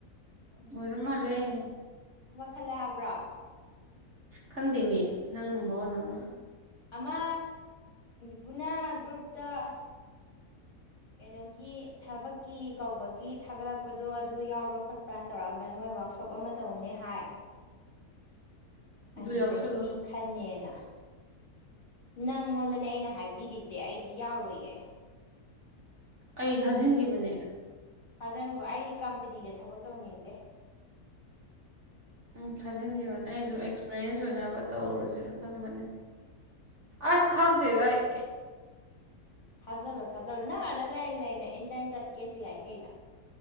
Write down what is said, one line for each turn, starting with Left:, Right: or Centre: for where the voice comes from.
Right: ꯑꯣꯏꯔꯃ ꯂꯩꯦ
Left: ꯊꯕ ꯈꯜꯂ ꯍꯥꯏꯕ꯭ꯔꯥ
Right: ꯈꯪꯗꯦ ꯃꯤ ꯅꯪ ꯃꯔꯣꯟ ꯑꯃ
Left: ꯑꯃ ꯄꯨꯅꯥ ꯒ꯭ꯔꯨꯞꯇ ꯀꯩꯅꯣꯒꯤ ꯊꯕꯛꯀꯤ ꯀꯧꯕꯒꯤ ꯊꯥꯒꯠꯂꯛꯄꯗꯣ ꯑꯗꯨ ꯌꯥꯎꯕ꯭ꯔꯥ ꯈꯣꯠꯄ꯭ꯔꯥꯅ ꯇꯧꯔꯛꯑꯝꯕꯅꯤ ꯃꯣꯏ ꯋꯥꯛꯁꯣꯞ ꯑꯃ ꯇꯧꯅꯤ ꯍꯥꯏ
Right: ꯑꯗꯨ
Left: ꯑꯗꯨꯗꯒꯤ
Right: ꯌꯥꯎꯁꯜꯂꯣ
Left: ꯃꯤ ꯈꯟꯅꯦꯅ ꯅꯪꯉꯣꯟꯗꯅꯦ ꯑꯩꯅ ꯍꯥꯏꯕꯤꯔꯤꯁꯦ ꯑꯩꯗꯤ ꯌꯥꯎꯔꯣꯏꯌꯦ
Right: ꯑꯩ ꯊꯥꯖꯤꯟꯒꯤꯕꯅꯦ
Left: ꯊꯥꯖꯤꯟꯈꯣ ꯑꯩꯗꯤ ꯀꯝꯄꯦꯅꯤꯗ ꯊꯕꯛ ꯇꯧꯅꯤꯡꯗꯦ
Right: ꯎꯝ ꯊꯥꯖꯤꯟꯈꯤꯕꯅꯦ ꯑꯩ ꯑꯗꯨꯝ ꯑꯦꯛꯁꯄꯔꯤꯌꯦꯟꯁ ꯑꯣꯏꯅꯕ ꯇꯧꯔꯨꯖꯤꯔ ꯈꯟꯕꯅꯦ ꯑꯁ ꯈꯪꯗꯦꯗ ꯑꯩ
Left: ꯊꯥꯖꯜꯂꯣ ꯊꯥꯖꯜꯂꯣ ꯅꯪ ꯑꯗ ꯂꯩ ꯂꯩꯅ ꯏꯟꯇꯔꯟ ꯆꯠꯀꯦꯁꯨ ꯌꯥꯏ ꯀꯩꯅꯣ